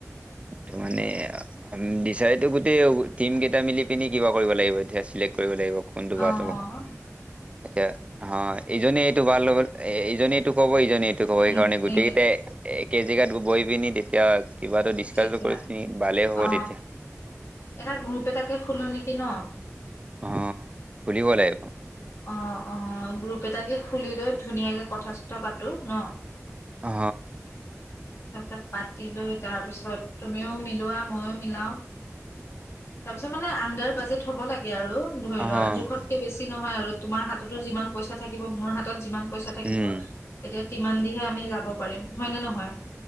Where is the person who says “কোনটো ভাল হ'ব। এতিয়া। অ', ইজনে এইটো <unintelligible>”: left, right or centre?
Right